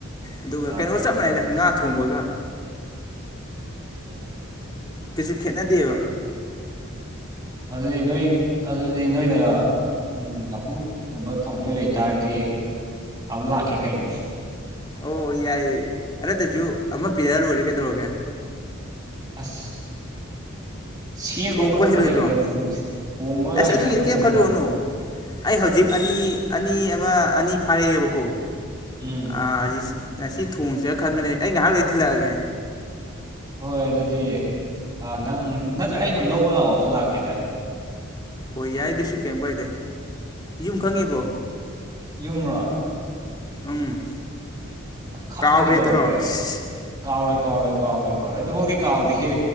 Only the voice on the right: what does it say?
ꯑꯥ
ꯑꯣ
ꯑꯗꯨꯗꯤ ꯅꯣꯏ ꯑꯗꯨꯗꯤ ꯅꯣꯏꯗ ꯎꯝ ꯂꯄ꯭ꯔꯒꯨꯝꯕ ꯊꯣꯡꯗꯣꯏ ꯂꯩꯇꯥꯥꯔꯗꯤ ꯑꯝ ꯂꯥꯛꯀꯦ ꯀꯩꯅꯣ
ꯑꯁ ꯁꯦꯝꯕ
ꯈꯣꯠꯄꯗꯣ
ꯍꯩꯇꯕꯁꯤꯗꯅꯦ ꯊꯣꯡꯕ
ꯍꯩꯇꯕꯁꯤꯗꯅꯤꯅꯦ
ꯎꯝ
ꯍꯣꯏ ꯑꯗꯨꯗꯤ ꯅꯪ ꯅꯠꯇ꯭ꯔ ꯑꯩ ꯑꯗꯨꯝ ꯂꯧꯕ ꯂꯥꯛꯑꯣꯁꯨ ꯂꯥꯛꯀꯦꯗ
ꯌꯨꯝꯔꯣ
ꯈꯪꯅꯤ
ꯀꯩꯗꯧꯔꯒꯦ
ꯀꯥꯎꯔꯣꯏ ꯀꯥꯎꯧꯔꯣꯏ ꯀꯥꯎꯔꯣꯏ ꯀꯥꯎꯔꯣꯏ ꯑꯗꯨꯕꯨ ꯀꯥꯎꯗ ꯍꯦ